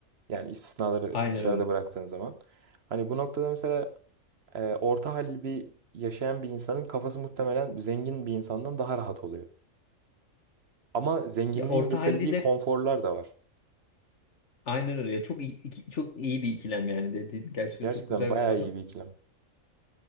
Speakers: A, on the right; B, on the left.
A: Yani istisnaları
B: Aynen
A: dışarıda
B: öyle.
A: bıraktığın zaman. Hani bu noktada mesela e, orta halli bir yaşayan bir insanın kafası muhtemelen zengin bir insandan daha rahat oluyor. Ama zenginliğin
B: Ya Orta
A: getirdiği
B: Halli de
A: konforlar da var.
B: aynen öyle. Ya Çok iyi, iki- çok iyi bir ikilem yani dediğin gerçekten
A: Gerçekten
B: çok güzel
A: bayağı
B: bir soru.
A: iyi bir ikilem.